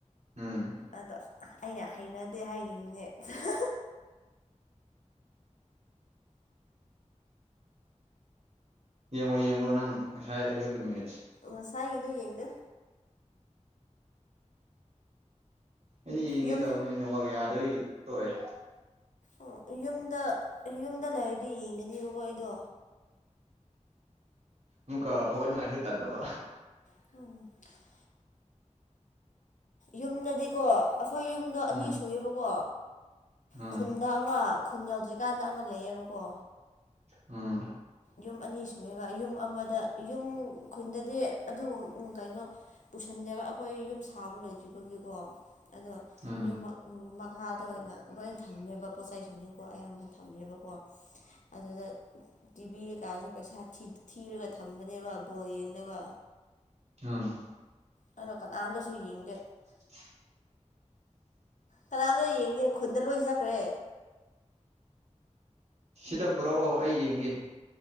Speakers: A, on the right; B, on the left.
A: ꯎꯝ
B: ꯑꯗꯣ ꯑꯩꯅ ꯍꯩꯅꯗꯦ ꯍꯥꯏ ꯑ <unintelligible>
A: ꯌꯦꯡꯉꯣ ꯌꯦꯡꯕ꯭ꯔꯣ ꯅꯪ ꯉꯁꯥꯏ ꯑꯌꯨꯛꯀꯤ ꯃꯦꯠꯁꯦ
B: ꯃꯁꯥꯏ ꯏꯗꯨ ꯌꯦꯡꯗ
A: ꯑꯩꯗꯤ ꯌꯦꯡꯉꯦ
B: ꯌꯨꯝ
A: ꯇꯧꯕꯅꯤꯅ ꯋꯥꯛ ꯌꯥꯗꯣꯏ ꯇꯣꯛꯑꯦ
B: ꯑꯣ ꯌꯨꯝꯗ ꯌꯨꯝꯗ ꯂꯩꯔꯗꯤ ꯌꯦꯡꯒꯅꯦꯕꯀꯣ ꯑꯩꯗꯣ
A: ꯑꯃꯨꯛꯀ ꯍꯧꯒꯠꯅꯤꯡꯉꯥꯏꯁꯨ ꯇꯟꯅꯅꯕ
B: ꯑꯣ ꯌꯨꯝꯗꯗꯤꯀꯣ ꯑꯩꯈꯣꯏ ꯌꯨꯝꯗꯣ ꯑꯅꯤ
A: ꯎꯝ
B: ꯁꯨꯌꯦꯕꯀꯣ
A: ꯎꯝ
B: ꯈꯨꯟꯗ ꯑꯃ ꯈꯨꯟ ꯌꯧꯗ꯭ꯔꯤꯀꯥꯟꯗ ꯑꯃ ꯂꯩꯌꯦꯕꯀꯣ
A: ꯎꯝ
B: ꯌꯨꯝ ꯑꯅꯤ ꯁꯨꯑꯦꯕ ꯌꯨꯝ ꯑꯃꯗ ꯌꯨꯝ ꯈꯨꯟꯗꯗꯤ ꯑꯗꯨ ꯀꯩꯅꯣ ꯄꯨꯁꯟꯗꯦꯕ ꯑꯩꯈꯣꯏ ꯌꯨꯝ ꯁꯥꯕ ꯂꯣꯏꯗ꯭ꯔꯤꯕꯒꯤꯀꯣ ꯑꯗꯣ
A: ꯎꯝ
B: ꯌꯨꯝ ꯃꯈꯥꯗ ꯑꯣꯏꯅ ꯂꯣꯏ ꯊꯝꯃꯦꯕ ꯄꯣꯠꯩ ꯆꯩꯁꯤꯡꯁꯨꯀꯣ ꯑꯌꯥꯝꯕꯅ ꯊꯝꯃꯦꯕꯀꯣ ꯑꯗꯨꯗ ꯇꯤꯚꯤ ꯀꯩꯀꯥꯁꯨ ꯄꯩꯁꯥ ꯊꯤꯔꯒ ꯊꯝꯕꯅꯦꯕ ꯕꯣ ꯌꯦꯡꯅꯕ
A: ꯎꯝ
B: ꯑꯩꯅꯣ ꯀꯅꯥꯝꯇꯁꯨ ꯌꯦꯡꯗꯦ
A: ꯎ <unintelligible>
B: ꯀꯅꯥꯝꯇꯣ ꯌꯦꯡꯗꯦ ꯈꯨꯟꯗ ꯂꯣꯏꯖꯈ꯭ꯔꯦ
A: ꯁꯤꯗ ꯄꯨꯔꯛꯑꯣ ꯑꯩ ꯌꯦꯡꯒꯦ